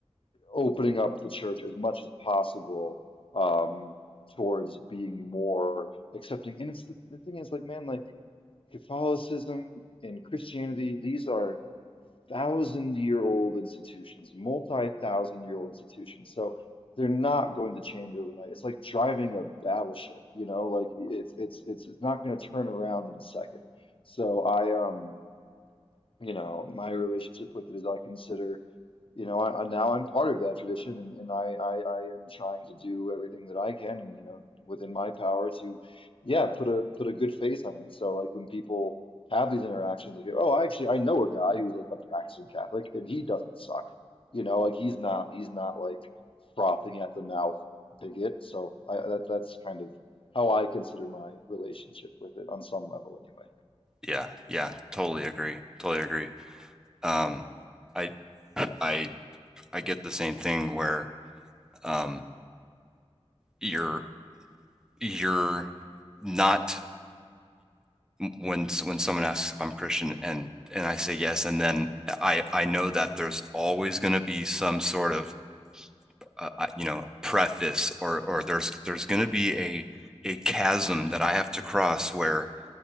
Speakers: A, on the left (about 55°); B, in the centre.
A: opening up the church as much as possible um, towards being more accepting. And it's the, the thing is, like, man, like Catholicism and Christianity, these are thousand year old institutions, multi-thousand year old institutions. So they're not going to change overnight. It's like driving a battleship, you know, like it's it's it's it's not going to turn around in a second. So I um you know, my relationship with it is I consider, you know, I, I now I'm part of that tradition and, and I, I I am trying to do everything that I can and you know within my power to yeah put a put a good face on it. So like when people have these interactions, like oh I actually I know a guy who's like a practicing Catholic and he doesn't suck. You know, like he's not he's not like frothing at the mouth bigot. So I that that's kind of how I consider my relationship with it on some level anyway.
B: Yeah. Yeah. Totally agree. Totally agree. um i i i get the same thing where um you're you're not when when someone asks if i'm christian and and i say yes and then i i know that there's always going to be some sort of uh, you know preface or or there's there's going to be a a chasm that i have to cross where